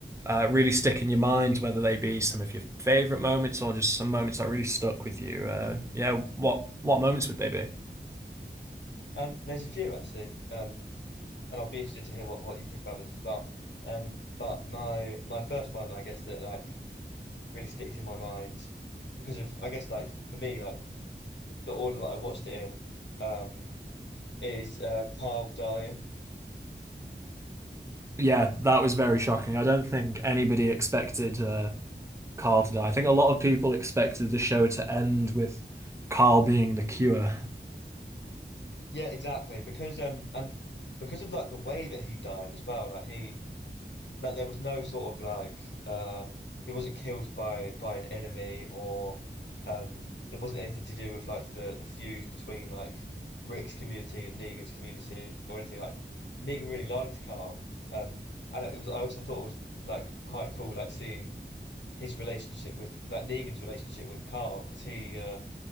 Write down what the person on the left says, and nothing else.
Um, there's a few actually, um, and I'd be interested to hear what, what you think about this as well. Um, but my my first one, I guess that like really sticks in my mind because of I guess like for me like the order that I watched it in um, is uh, Carl dying.
Yeah, exactly. Because um, um because of like the way that he died as well. Like he like there was no sort of like uh he wasn't killed by by an enemy or um it wasn't anything to do with like the the feud between like Rick's community and Negan's community or anything like Negan really liked Carl um and it was I also thought it was like quite cool like seeing his relationship with like Negan's relationship with Carl because he uh